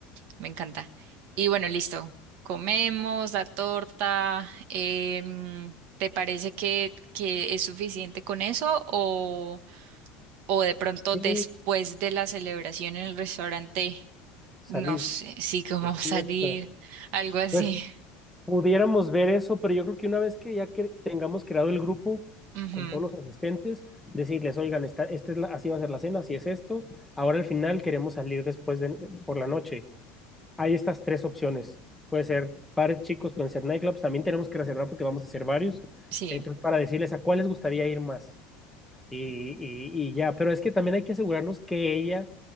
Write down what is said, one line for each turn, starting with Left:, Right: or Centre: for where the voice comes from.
Right: me encanta. Y bueno, listo. Comemos la torta. em, ¿te parece que, que es suficiente con eso o, o de pronto
Centre: Y
Right: después de la celebración en el restaurante?
Centre: salir
Right: no sé, sí, cómo
Centre: de
Right: <laughs> salir,
Centre: fiesta.
Right: algo así.
Centre: Pues pudiéramos ver eso, pero yo creo que una vez que ya que tengamos creado el grupo
Right: Ujú,
Centre: con todos los asistentes, decirles, oigan, esta, esta es la- así va a ser la cena, así es esto, ahora al final queremos salir después de, por la noche, hay estas tres opciones. Puede ser bares chicos, pueden ser nightclubs. También tenemos que reservar porque vamos a hacer varios.
Right: sí.
Centre: Entonces, para decirles a cuál les gustaría ir más. Y, y- y ya, pero es que también hay que asegurarnos que ella